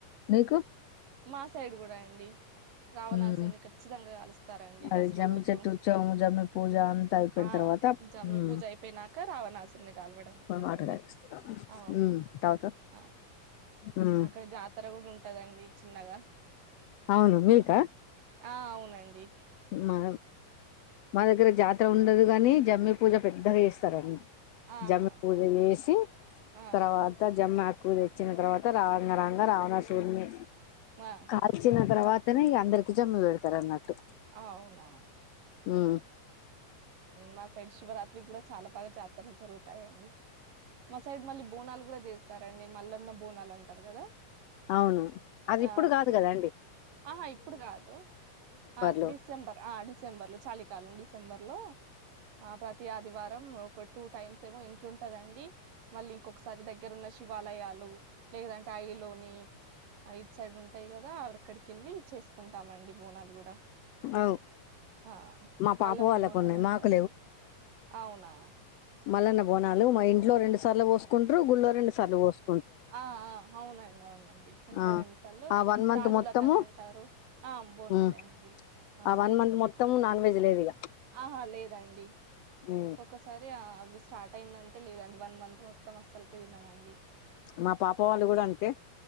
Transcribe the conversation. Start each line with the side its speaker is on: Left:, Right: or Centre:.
Left: మీకు
Right: మా సైడ్ కూడా అండి రావణాసుని
Left: ఉమ్
Right: ఖచ్చితంగా కలుస్తారండి
Left: అది
Right: దసరా
Left: జమ్మి
Right: రోజు
Left: చెట్టు చోము జమ్మి పూజ అంతా అయిపోయిన
Right: ఆ
Left: తర్వాత
Right: జమ్మి
Left: ఉమ్
Right: పూజ అయిపోయినాక రావణాసుర్ని కాల్వడం ఉంటందండి
Left: పోయి వాటర్ తాగేస్తారు
Right: అవును
Left: ఉమ్ తాగుతాం
Right: ఆ
Left: ఉమ్
Right: అక్కడ జాతర కూడా ఉంటదండి చిన్నగా
Left: అవును మీకా
Right: ఆ అవునండి
Left: మా మా దగ్గర జాతర ఉండదు కాని జమ్మి పూజ పెద్దగా చేస్తారండి
Right: ఆహా
Left: జమ్మి పూజ చేసి
Right: ఆ
Left: తర్వాత
Right: ఆ
Left: జమ్ కూ తెచ్చిన తర్వాత రాంగ రాంగ రావణాసుూడిని
Right: ఆ
Left: కాల్చిన తర్వాతనే ఇ అందరికి జమ్మి వెడతారు అన్నట్టు
Right: అవునా
Left: హ్మ్
Right: మా సైడ్ శివరాత్రికి కూడా చాలా బాగా జాతరలు జరుగుతాయండి మా సైడ్ మళ్ళీ బోనాలు కూడా చేస్తారండి మల్లమా బోనాలు అంటారు కదా
Left: అవును అది
Right: ఆ
Left: ఇప్పుడు కాదు కదా అండి
Right: ఆహా ఇప్పుడు కాదు ఆ
Left: లో
Right: డిసెంబర్ ఆ డిసెంబర్ లో చలికాలం డి డిసెంబర్ లో ఆ ప్రతి ఆదివారం ఒక టూ టైమ్స్ ఏమో ఇంట్లుంటదండి. మళ్ళీ ఇంకొకసారి దగ్గరు ఉన్న శివాలయాలు లేదంటే అవిలోని ఐట్ సైడ్ ఉంటాయి కదా అళక్కడికెళ్ళి చేసుకుంటామండి. బోనాలు గూడ
Left: అవు
Right: ఆ
Left: మా
Right: మల్లన్న
Left: పాప వాళ్ళకు
Right: బోనాలు
Left: ఉన్నాయి
Right: అంటారండి
Left: మాకు
Right: అవునా
Left: మళ్లన్న బోనాలు మా ఇంట్లో రెండు సార్లు పోసుకుంటారు. గుళ్ళో రెండు సార్లు పోసు
Right: ఆ ఆ అవునండి అవునండి ఇంట్లో
Left: ఆ
Right: రెండు సార్లు
Left: ఆ వన్ మంత్
Right: రాజుల
Left: మొత్తము
Right: కని అంటారు. ఆం బోనాలే
Left: ఉమ్
Right: అండి అవునవును
Left: ఆ వన్ మంత్ మొత్తము నాన్ వెజ్ లేదు ఇగ
Right: ఆహా లేదండి
Left: ఉమ్
Right: ఒకసారి ఆ ఇవి స్టార్ట్ అయిందంటే లేదండి. వన్ మంత్ మొత్తం అస్సలుకే తినమండి.
Left: మా పాప వాళ్ళు కూడా అంతే